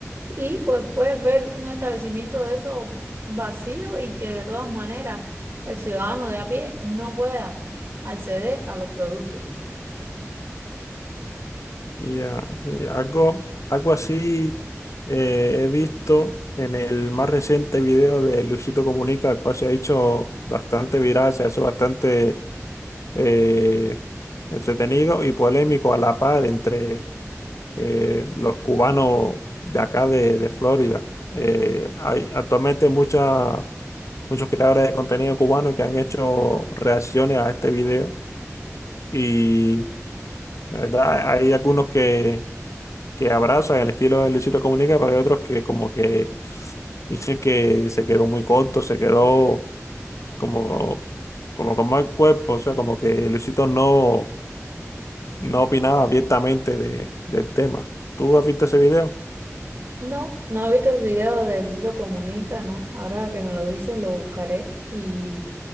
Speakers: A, on the right; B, on the left.
A: Y pues puedes ver un establecimiento de eso vacío y que de todas maneras el ciudadano de a pie no pueda acceder a los productos.
B: ya eh, algo, algo así eh, he visto en el más reciente video de Luisito Comunica, el cual se ha hecho bastante viral, se ha hecho bastante eh, entretenido y polémico a la par entre eh, los cubanos de acá de, de Florida. Eh, hay actualmente muchas muchos creadores de contenido cubano que han hecho reacciones a este video y la verdad hay algunos que, que abrazan el estilo de Luisito Comunica, pero hay otros que como que dicen que se quedó muy corto, se quedó como, como con mal cuerpo, o sea, como que Luisito no, no opinaba abiertamente de, del tema. ¿Tú has visto ese video?
A: No, no he visto el video de Luisito Comunica, ¿no? Ahora que me lo dices, lo buscaré y,